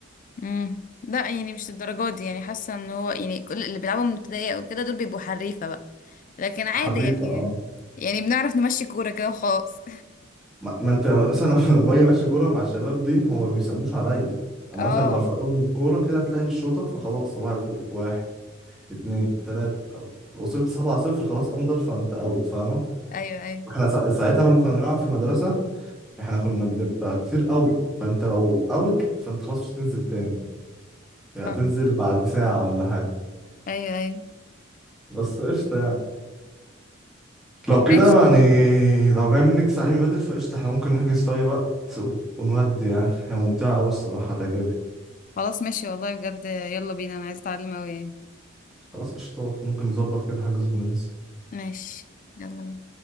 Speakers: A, on the left (about 40°); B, in the centre.
A: امم لا يعني مش الدرجات دي يعني حاسه ان هو يعني كل اللي بيلعبوا من ابتدائي او كده دول بيبقوا حريفه بقى لكن عادي
B: حريفه
A: يعني
B: اه
A: يعني بنعرف نمشي كوره كده وخلاص
B: ما, ما انت مثلا <laughs> لما اجي امشي كوره مع الشباب دي هم ما بيسموش عليا
A: <laughs>
B: انا
A: اه
B: مثلا برفع لهم الكوره كده تلاقي الشوطه فخلاص صباح الفل واحد اتنين تلاته خلاص. وصلت سبعة صفر خلاص اندر فانت اوت فاهمه
A: ايوه ايوه
B: واحنا سا- ساعتها لما كنا بنلعب في المدرسه احنا كنا بنبقى كتير قوي فانت لو اوت فانت خلاص مش هتنزل تاني يعني
A: فاهمة.
B: هتنزل بعد ساعه ولا حاجه
A: ايوه ايوه
B: بس قشطة يعني لو كده
A: ماشي
B: يعني لو جاي منك تعليمي بدل فقشطة احنا ممكن نحجز في أي وقت و- ونودي يعني هي ممتعة أوي الصراحة هتعجبك
A: خلاص ماشي والله بجد يلا بينا انا عايزة اتعلم اوي يعني
B: خلاص قشطات ممكن نظبط كده حجز وننزل
A: ماشي يلا بينا